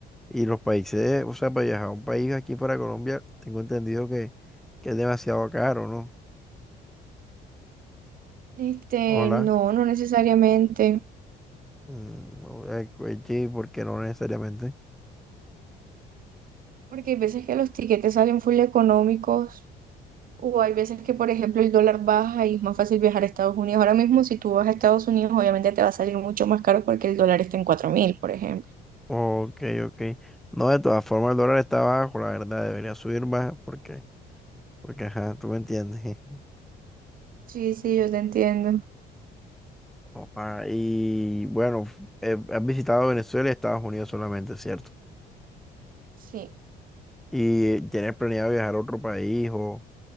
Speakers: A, in the centre; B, on the right.
A: Y los países, o sea, para viajar a un país aquí para Colombia, tengo entendido que, que es demasiado caro, ¿no?
B: Este,
A: Hola,
B: no, no necesariamente.
A: mm, o- eh, eh, sí, porque no necesariamente.
B: Porque hay veces que los tiquetes salen full económicos o hay veces que, por ejemplo, el dólar baja y es más fácil viajar a Estados Unidos. Ahora mismo, si tú vas a Estados Unidos, obviamente te va a salir mucho más caro porque el dólar está en cuatro mil por ejemplo.
A: Ok, ok. No, de todas formas el dólar está bajo, la verdad, debería subir más porque, porque, ajá, tú me entiendes. <laughs>
B: Sí, sí, yo te entiendo.
A: Opa, y bueno, f- eh, has visitado Venezuela y Estados Unidos solamente, ¿cierto?
B: Sí.
A: ¿Y tienes planeado viajar a otro país o,